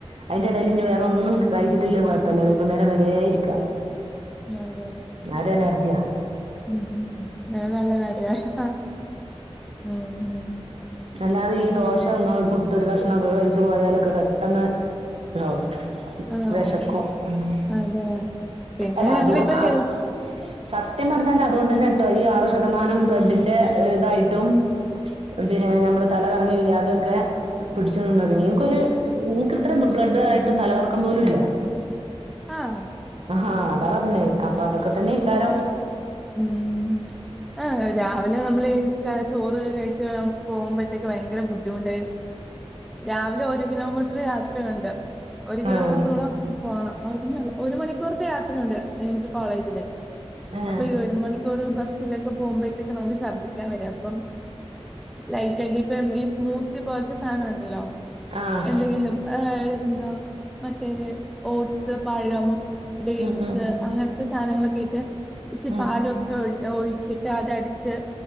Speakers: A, on the right; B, in the centre.
A: അതിന്റെ ഇടയിൽ ഇഇഞ് വേറെ ഒന്നും കഴിച്ചിട്ടില്ല കുഴപ്പല്ല നേര വരെ ഇരിക്കാം
B: നതല്ലേ <unintelligible> <unintelligible>
A: ആ ഒരു എനർജിയാ
B: ഉം, അത് നല്ല, കാര്യാ, ഹഹ്, ഹഹ, ഉം, ഉം
A: അല്ലാതെ ഈ ദോശ ഒന്നും പുട്ട് ഒരു കഷ്ണംമൊക്കെ കഴിച്ചു പോയാലൊക്കെ പെട്ടെന്ന് ഇടാവും
B: ആഹ്
A: വെഷക്കും, ഉം
B: അതെ പിന്നെ
A: അല്ല,
B: ഞങ്ങളിപ്പോ
A: അത്, ആ,
B: ഹെൽ
A: സത്യം, പറഞ്ഞാല് അതുകൊണ്ടെന്നെ, ട്ടോ, ഈ ആറ് ശതമാനം, ബ്ലഡിന്റെ, ഇ, ഇതായിട്ടും പിന്നെ, നമ്മള്, തലകറങ്ങി, വീഴാ, അതൊക്കെ, പിടിച്ച്ന്നത്, ങ്ങക്കൊരു, ഇങ്ങക്കിത്ര, ബ്ലഡ്‌, ട്ട് തലറക്കം, പോലുംല്ല
B: ആഹ
A: ഹഹാ, അതാ, പറഞ്ഞേ അപ്പൊ അതൊക്കെ തന്നെ
B: മ്മ്,
A: ഇക്കാരം
B: ഉം, അ, രാവിലെ നമ്മള് ക്ക, ചോറ്, കഴിക്ക, എം, പോവുമ്പഴത്തേക്കും, വയ്യെങ്കര, ബുദ്ധിമുട്ട രാവിലെ, ഒരു, കിലോമീറ്റർ, യാത്രയുണ്ട് ഒരു കിലോമീറ്ററോളം,
A: ആഹ്
B: പോണം, ഒന്നല്ല, ഒരു, മണിക്കൂർത്തെ, യാത്രയുണ്ട്, എനിക്ക്, കോളേജ് അപ്പൊ,
A: ആഹ്
B: ഈ, ഒരു മണിക്കൂർ, ബസ്സിലൊക്കെ, പോകുമ്പോത്തെക്കെ, നമുക്ക്, ഷർദ്ധിക്കാൻ, വരാ, അപ്പം ലൈറ്റായിട്ടിപ്പോ, മ്മ്, ഈ, സ്മൂത്തി, പോലെത്തെ, സാനംണ്ടല്ലോ
A: ആഹ്
B: എന്തെങ്കിലും, ഹ, എന്താ, മറ്റേ, ഓട്സ്, പഴം ഡേറ്റ്സ്,
A: ഉം ഉം
B: അങ്ങനത്തെ, സാനങ്ങളൊക്കെട്ട്, ഇച്ചി,
A: ഉം
B: പാലൊക്കെ, ഒഴി ഒഴിച്ചിട്ട്, അതടിച്ച്